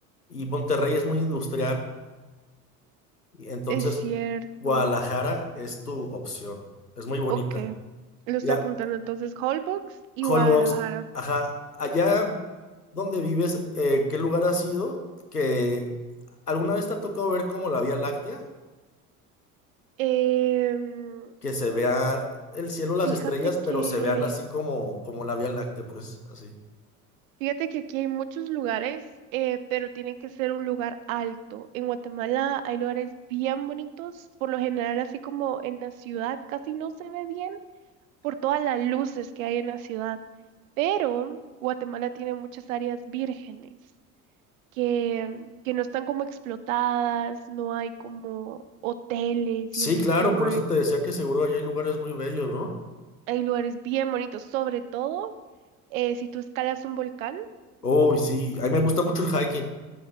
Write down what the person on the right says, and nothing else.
Es cierto.
Ok, lo estoy
apuntando entonces, Holbox y
Guadalajara.
Em,
fíjate
que
Fíjate que aquí hay muchos lugares, eh, pero tiene que ser un lugar alto. En Guatemala hay lugares bien bonitos, por lo general así como en la ciudad casi no se ve bien por todas las luces que hay en la ciudad, pero Guatemala tiene muchas áreas vírgenes que, que no están como explotadas, no hay como hoteles
y resorts,
hay lugares bien bonitos, sobre todo eh, si tú escalas un volcán.